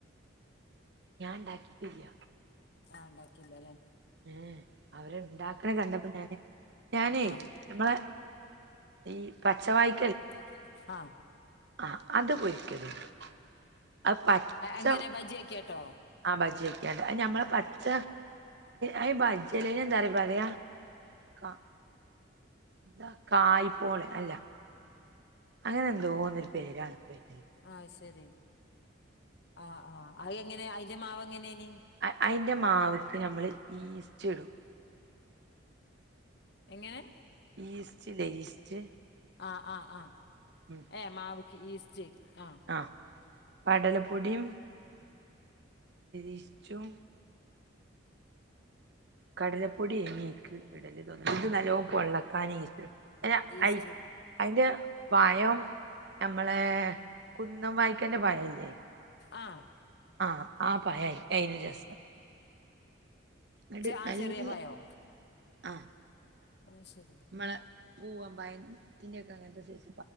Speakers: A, on the right; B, on the left.
A: ഞാൻ ണ്ടാക്കിട്ടില്ല
B: ആ ണ്ടാക്കിയില്ല ലേ
A: ഏഎ അവര് ണ്ടാക്ക്ണ് കണ്ടപ്പോ ഞാന് ഞാനേ
B: ആഹ്
A: ഞമ്മളെ ഈ പച്ചവായ്
B: പച്ച വായ്ക്ക ല്ല്യേ ആ
A: ആഹ് അത് പൊരിക്കല്ണ്ട് ആ പച്ച
B: എങ്ങനെ ബജിയാക്കിയാട്ടോ
A: ആ ബജ്ജിയൊക്കെയണ്ട് അ ഞമ്മള പച്ച അ ബജ്ജിയലെ എന്താറ പറയാ കാ എന്താ കായ് പോളെ അല്ല അങ്ങനെ എന്തോന്നൊരു പേരാണ്പ്പെയ്ന്
B: അഹ് ശരി ആ ആ അഹെങ്ങനെ അയ്ന്റെ മാവെങ്ങനെണ്
A: അ അയ്ന്റെ മാവ്ക്ക് ഞമ്മള് ഈസ്റ്റ്ടും
B: എങ്ങനെ
A: ഈസ്റ്റ് ലേ ഈസ്റ്റ്
B: ആഹ് ആഹ് ആഹ്
A: ഉം
B: ഏഹ് മാവ്ക്ക് ഈസ്റ്റെയ് ആഹ്
A: ആ കടലപ്പൊടിം ഈസ്‌റ്റും കടലപ്പൊടി എയ്നി അയ്ക്ക് ഇടല് തോന്ന്ണ് ഇത് നല്ലോം പൊള്ളക്കാന് ഈസ്‌റ്റ്ടും ന്റെ
B: ഈസ്റ്റ്
A: അയ് ഐന്റെ പഴം നമ്മളെ കുന്നം വായിക്കന്റെ പഴല്ലേ
B: ആഹ്
A: ആഹ് ആപഴയ് അയിന് രസം ന്ന്ട്ട്
B: ആഹ്
A: നല്ല
B: ചെറിയ പഴോ
A: ആ
B: അത് ശരി
A: മ്മളെ പൂവമ്പഴത്തിന്റെക്കെ അങ്ങൻത്തെ സെയ്സ്‌